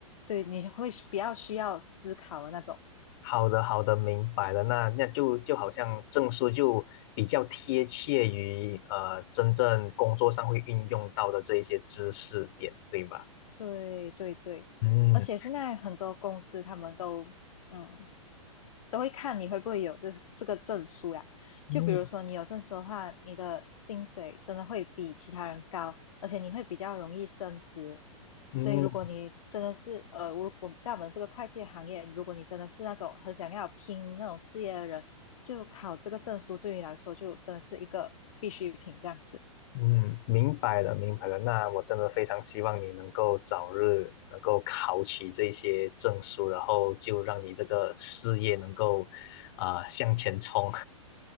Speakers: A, on the left; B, on the left.
A: 对，你会是比较需要思考的那种。
B: 好的，好的，明白了。那那就就好像证书就比较贴切于呃真正工作上会运用到的这一些知识点，对吧？
A: 对对对，
B: 嗯
A: 而且现在很多公司他们都嗯都会看你会不会有这这个证书呀。就比如说你有证书的话，
B: 嗯
A: 你的薪水真的会比其他人高，而且你会比较容易升职。
B: 嗯
A: 所以如果你真的是呃，如果在我们这个会计行业，如果你真的是那种很想要拼那种事业的人，就考这个证书对你来说就真的是一个必需品这样子。
B: 嗯，明白了，明白了。那我真的非常希望你能够早日能够考取这些证书，然后就让你这个事业能够啊、向前冲。